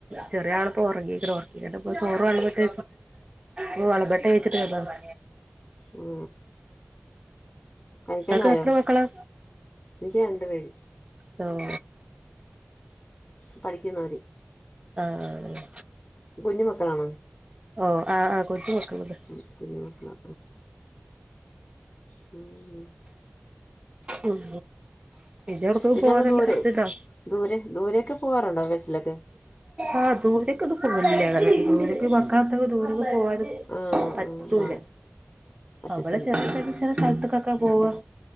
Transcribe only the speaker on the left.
ഉ കഴിക്കാനായോ
എനിക്ക് രണ്ടു പേര്
ഉ പഠിക്കുന്നൊര്
കുഞ്ഞു മക്കളാണൊ..
ഉം, കുഞ്ഞു മക്കളാ ഉം
പിന്നെ
അങ്ങ് ദൂരെ
ദൂരെ ദൂരൊക്കെ പോവാറുണ്ടോ ബസ്സിലൊക്കെ?
ആഹ്
ആഹ് പറ്റത്തില്ല
ആഹ്